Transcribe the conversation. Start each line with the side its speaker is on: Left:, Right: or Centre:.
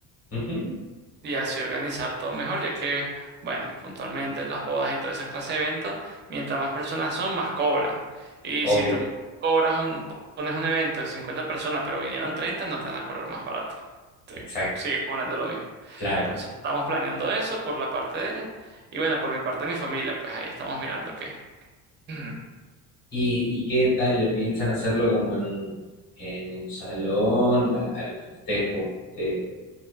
Left: Ujú.
Right: Y así organizar todo mejor, ya que, bueno, puntualmente las bodas y toda esa clase de eventos, mientras más personas son, más cobran. Y
Left: Obvio.
Right: si tú cobras un, pones un evento de 50 personas, pero vinieron 30, no te van a cobrar más barato. Te
Left: Exacto,
Right: sigue cobrando lo mismo.
Left: claro.
Right: Entonces estamos planeando eso por la parte de ella. Y bueno, por mi parte de mi familia, pues ahí estamos mirando qué. <clears throat>
Left: ¿Y, y qué tal le piensan hacerlo como en un, en un salón, al, al festejo, eh,